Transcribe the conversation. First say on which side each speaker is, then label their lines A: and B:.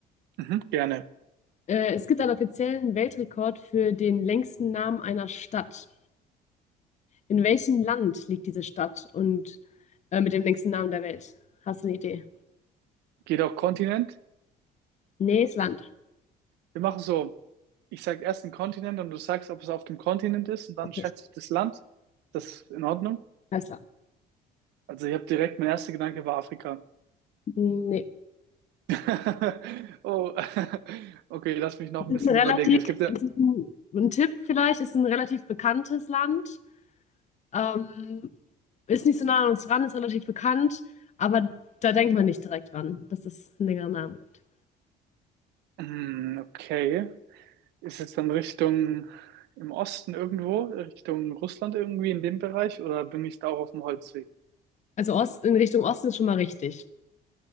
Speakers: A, on the right; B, on the left.
A: Mhm, gerne.
B: Äh, es gibt einen offiziellen Weltrekord für den längsten Namen einer Stadt. In welchem Land liegt diese Stadt und äh, mit dem längsten Namen der Welt? Hast du eine Idee?
A: Geht auch Kontinent.
B: Nee, ist Land.
A: Wir machen so, ich sage erst einen Kontinent und du sagst, ob es auf dem Kontinent ist und dann
B: Okay,
A: schätze ich das Land. Das ist in Ordnung.
B: alles klar.
A: Also ich habe direkt, mein erster Gedanke war Afrika.
B: Nee.
A: <laughs> Oh, <laughs> okay, lass mich noch
B: Es
A: ein
B: ist
A: bisschen
B: ein relativ,
A: überlegen. Es gibt ja,
B: es ist ein, ein Tipp vielleicht, es ist ein relativ bekanntes Land. Ähm, ist nicht so nah an uns dran, ist relativ bekannt, aber da denkt man nicht direkt dran, dass es einen längeren Namen gibt.
A: Hm, okay, ist jetzt dann Richtung im Osten irgendwo, Richtung Russland irgendwie in dem Bereich oder bin ich da auch auf dem Holzweg?
B: Also Ost, in Richtung Osten ist schon mal richtig.